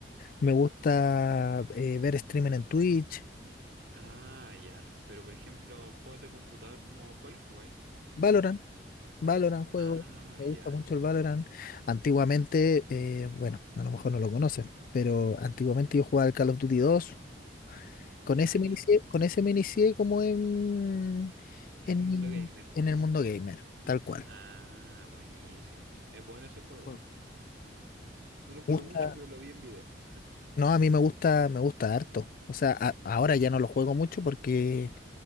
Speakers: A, on the left; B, on the right.
A: me gusta eh, ver streaming en Twitch,
B: Ah, ya. Pero por ejemplo, juegos de computador como ¿cuáles jugáis?
A: Valorant, Valorant juego,
B: Ah,
A: me
B: ya.
A: gusta mucho el Valorant. Antiguamente, eh, bueno, a lo mejor no lo conoces, pero antiguamente yo jugaba al Call of Duty dos Con ese
B: Ah, ya.
A: me inicié, con ese me inicié como en,
B: En
A: en,
B: el mundo
A: mi-
B: gamer.
A: en el mundo gamer, tal cual.
B: Ah, buenísima. Es bueno ese juego.
A: Bueno,
B: ¿eh? No lo jugué
A: Me gusta,
B: mucho, pero lo vi en video.
A: no, a mí me gusta, me gusta harto. O sea, a- ahora ya no lo juego mucho porque